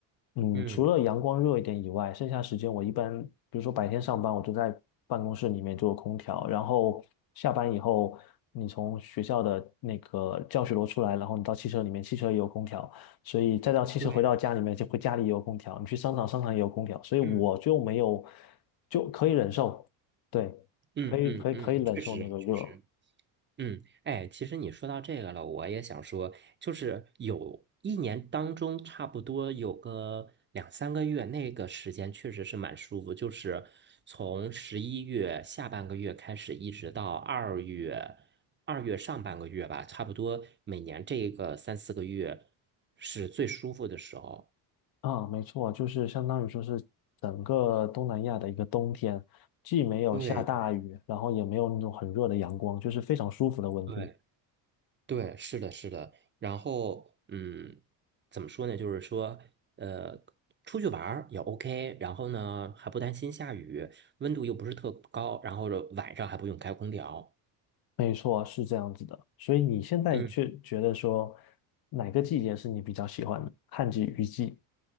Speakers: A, on the left (about 50°); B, on the right (about 25°).
A: 嗯，
B: 嗯
A: 除了阳光热一点以外，剩下时间我一般，比如说白天上班，我就在办公室里面就有空调，然后下班以后，你从学校的那个教学楼出来，然后你到汽车里面，汽车也有空调，所以再到汽车回到家里面，
B: 对，
A: 就会家里也有空调，你去商场，商场也有空调，所以我就没有，
B: 嗯，
A: 就可以忍受，对，
B: 嗯嗯嗯，
A: 可以可以可以忍受那个热。
B: 确实确实。嗯，哎，其实你说到这个了，我也想说，就是有一年当中，差不多有个两三个月，那个时间确实是蛮舒服，就是从十一月下半个月开始，一直到二月，二月上半个月吧，差不多每年这个三四个月是最舒服的时候。
A: 啊，没错，就是相当于说是整个东南亚的一个冬天，既没有下大雨，
B: 对对，
A: 然后也没有那种很热的阳光，就是非常舒服的温度。
B: 对，对，是的，是的。然后，嗯，怎么说呢？就是说，呃，出去玩儿也 OK，然后呢，还不担心下雨，温度又不是特高，然后晚上还不用开空调。
A: 没错，是这样子的。所以你现在却觉得说
B: 嗯，
A: 哪个季节是你比较喜欢的？旱季、雨季？